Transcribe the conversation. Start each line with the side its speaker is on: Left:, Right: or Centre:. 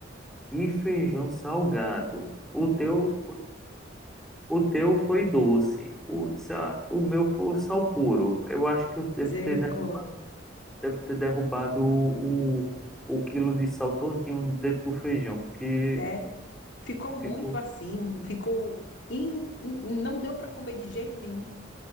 Centre: Que feijão salgado. O teu O teu foi doce, o, sa- o meu foi sal puro. Eu acho que eu devo
Left: Misericórdia.
Centre: ter, derru- devo ter derrubado o, o, o quilo de sal todinho dentro do feijão, porque
Left: Sério? Ficou muito
Centre: ficou.
Left: assim, ficou. in- in- não deu para comer de jeito nenhum.